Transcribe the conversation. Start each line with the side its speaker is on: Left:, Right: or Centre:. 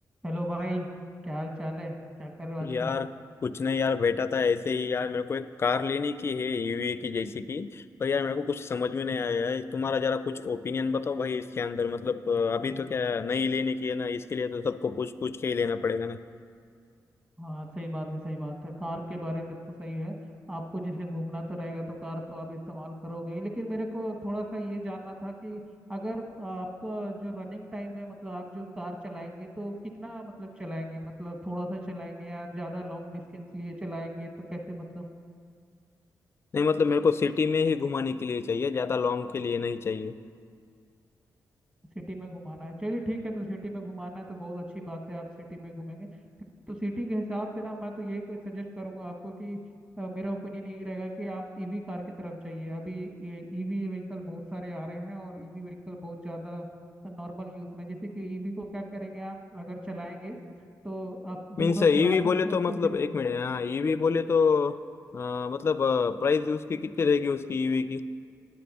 Right: हेलो भाई क्या हाल चाल है क्या कर रहे हो आजकल
Left: यार कुछ नहीं यार बैठा था ऐसे ही यार मेरे को एक कार लेने की है ईवी की जैसी की पर यार मेरे को कुछ समझ में नहीं आया है तुम्हारा जरा कुछ ओपिनियन बताओ भाई इसके अंदर मतलब अ, अभी तो क्या है, नई लेने की है ना इसके लिए तो सबको पूछ पूछ के ही लेना पड़ेगा ना
Right: हाँ सही बात है सही बात है कार के बारे में तो सही है आपको जैसे घूमना तो रहेगा तो कार तो आप इस्तेमाल करोगे ही। लेकिन मेरे को थोड़ा सा ये जानना था कि अगर आपका जो रनिंग टाइम है मतलब आप जो कार चलाएंगे तो कितना मतलब चलाएंगे मतलब थोड़ा सा चलाएंगे या ज़्यादा लॉन्ग डिस्टेंस लिए चलाएंगे तो कैसे मतलब
Left: नहीं मतलब मेरे को सिटी में ही घुमाने के लिए चाहिए ज्यादा लॉन्ग के लिए नहीं चाहिए
Right: सिटी में घुमाना है चलिए ठीक है तो सिटी में घुमाना है तो बहुत अच्छी बात है आप सिटी में घूमेंगे तो सिटी के हिसाब से ना मैं तो ये सजेस्ट करूंगा आपको कि अ, मेरा ओपिनियन यही रहेगा कि आप ईवी कार की तरफ जाइए अभी ईवी व्हीकल बहुत सारे आ रहे हैं और ईवी व्हीकल बहुत ज़्यादा नॉर्मल यूज़ में जैसे कि ईवी को क्या करेंगे आप अगर चलाएंगे तो आप दिन
Left: मीन्स
Right: भर
Left: ईवी
Right: चला सकते
Left: बोले
Right: हैं
Left: तो
Right: उसको
Left: मतलब
Right: सिटी
Left: एक
Right: में
Left: मिनट हाँ ईवी बोले तो अ, मतलब प्राइस उसकी कितनी रहेगी उसकी ईवी की